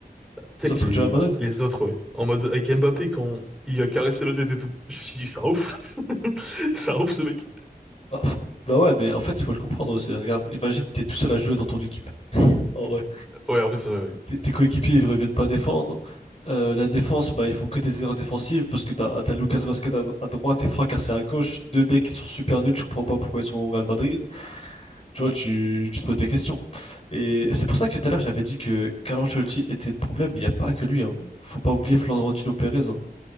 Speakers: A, in the centre; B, on the left.
A: tu sais,
B: Les
A: avec
B: autres
A: les,
B: du Real Madrid?
A: les autres, ouais. En mode, avec Mbappé, quand il lui a caressé la tête et tout. Je me suis dit, c'est un ouf. <laughs> C'est un ouf, ce mec.
B: Bah, f- bah ouais, mais en fait, il faut le comprendre aussi. Regarde, imagine, t'es tout seul à jouer dans ton équipe. En vrai,
A: Ouais, après, ça, ouais.
B: tes tes coéquipiers, ils reviennent pas défendre. Euh, la défense, bah, ils font que des erreurs défensives parce que t'as, t'as Lucas Vazquez à, à droite et Franck Garcia à gauche, deux mecs qui sont super nuls, je comprends pas pourquoi ils sont au Real Madrid. Tu vois, tu, tu te poses des questions. Et c'est pour ça que tout à l'heure, j'avais dit que Carlo Ancelotti était le problème, mais il n'y a pas que lui, hein. Faut pas oublier Florentino Pérez, hein.